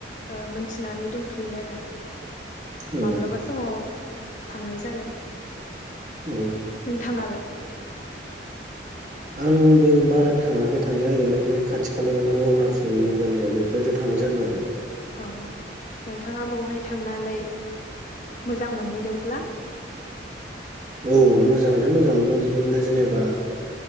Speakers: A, on the left (about 40°); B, on the right (about 40°).
A: ओ मिथिनानै दंथ'यो आरो
B: औ
A: माब्लाबा समाव थांनाय जागोन
B: औ
A: नोंथाङालाय
B: आंबो बारा थाङाखै थांनाया ओरैनो बे खाथि खालायावनो अरुणाचल मेघालया बेफोरबायदियाव थांनाय जादों आरो
A: औ नोंथाङा बवहाय थांनानै मोजां मोनहैदोंब्ला
B: औ मोजाङालाय मोजां मोनदों बहुदनो जेनेबा